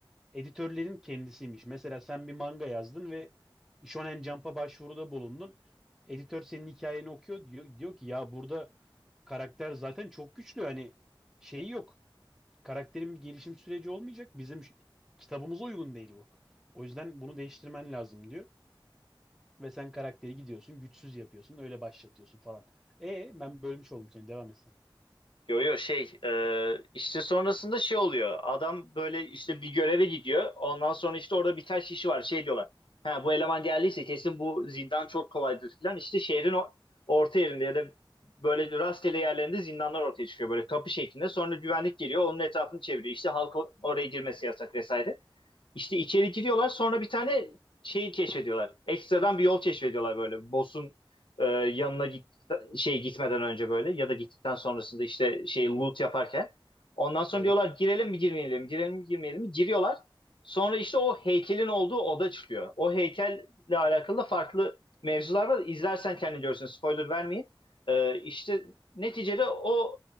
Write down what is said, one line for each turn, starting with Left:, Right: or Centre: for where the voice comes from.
Centre: editörlerin kendisiymiş. Mesela sen bir manga yazdın ve Shonen Jump'a başvuruda bulundun. Editör senin hikayeni okuyor diyor, diyor ki ya burada karakter zaten çok güçlü hani şeyi yok. karakterin bir gelişim süreci olmayacak. Bizim ş- kitabımıza uygun değil bu. O yüzden bunu değiştirmen lazım diyor. Ve sen karakteri gidiyorsun, güçsüz yapıyorsun, öyle başlatıyorsun falan. E ben bölmüş oldum seni, devam etsen.
Left: Yo yo şey e, işte sonrasında şey oluyor. Adam böyle işte bir göreve gidiyor. Ondan sonra işte orada birkaç kişi var. Şey diyorlar. Ha bu eleman geldiyse kesin bu zindan çok kolaydır falan. İşte şehrin o- orta yerinde ya da böyle rastgele yerlerinde zindanlar ortaya çıkıyor. Böyle kapı şeklinde. Sonra güvenlik geliyor. Onun etrafını çeviriyor. İşte halk o- oraya girmesi yasak vesaire. İşte içeri giriyorlar sonra bir tane şeyi keşfediyorlar. Ekstradan bir yol keşfediyorlar böyle. Boss'un e, yanına git, şey gitmeden önce böyle ya da gittikten sonrasında işte şey loot yaparken. Ondan sonra
Centre: Evet.
Left: diyorlar girelim mi girmeyelim mi girelim mi girmeyelim mi giriyorlar. Sonra işte o heykelin olduğu oda çıkıyor. O heykelle alakalı da farklı mevzular var. İzlersen kendin görürsün spoiler vermeyeyim. E, işte neticede o